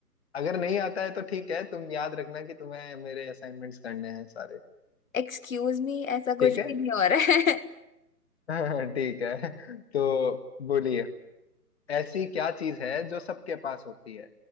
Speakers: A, on the left; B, on the left.
A: अगर नहीं आता है तो ठीक है तुम याद रखना कि तुम्हें मेरे असाइनमेंट्स करने हैं सारे
B: एक्सक्यूज मी ऐसा
A: ठीक
B: कुछ
A: है
B: भी नहीं हो रहा
A: <laughs> ठीक है तो बोलिए ऐसी क्या चीज है जो सबके पास होती है